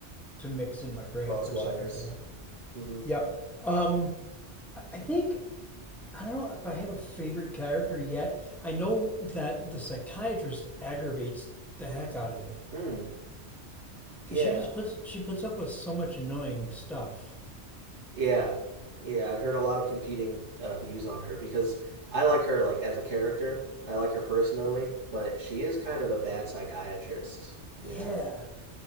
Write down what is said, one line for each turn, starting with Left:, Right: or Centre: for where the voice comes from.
Centre: to mix in my brain
Right: Cross
Centre: for a
Right: wires.
Centre: second there.
Right: Mm-hmm.
Centre: Yep. Um, I- think I don't know if I have a favorite character yet. I know that the psychiatrist aggravates the heck out of me
Right: Hmm.
Centre: because
Right: Yeah.
Centre: she just puts she puts up with so much annoying stuff.
Right: Yeah, yeah. I've heard a lot of competing uh, views on her because I like her like as a character. I like her personally, but she is kind of a bad psychiatrist. You
Centre: Yeah,
Right: know,